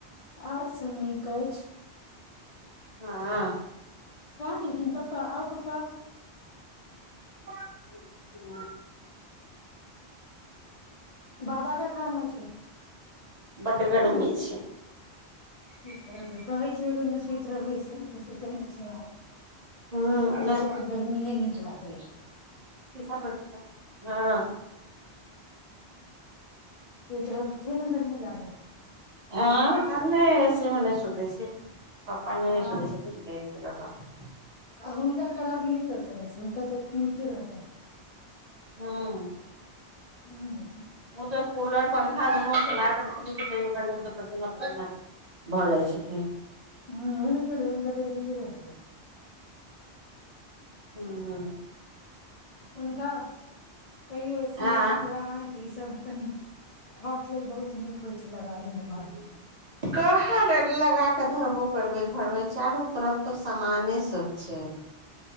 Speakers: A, on the left; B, on the right.
A: आओर सब नीक अछि
B: हँ
A: काँहां गेलखिन पप्पा आउ पप्पा
B: ह ह
A: बाबा के काम होय छै
B: बड्ड गर्मी छै
A: की करबै कहै छियै ओई रूम मे सुति रहबै से नै तऽ सुते नय छियै आंहासब
B: हँ
A: आहां सबके गर्मीेये नीक लागैया
B: हँ
A: सुइत रहत तऽ थोेरे न गर्मी लागत
B: एं आभ नय सेहो नय सुतै छै पप्पा नय
A: हँ
B: सुतै छेथिन देह के लऽ कऽ
A: आ हुनका खराबी नय करतनि ऐसऽ हुनका तऽ नीके रहतनि
B: हँ
A: हूँ
B: ओते कूलर पंखा दुनू चला कऽ रखै छियै तईयो गरमी सब पसीना पसना भऽ जाइ छै
A: हूं ओहे नऽ कहलीयै हुनका तऽ नीके रहतै
B: हूं
A: हुनका कहियो स्नेक
B: आँ
A: प्लानट ई सब कनि हार्ट लेल बहुत नीक होइ छै लगा लेने घर मे
B: काहा लगा के धोबो करबै घर मे चारू तरफ तो सामाने सब छै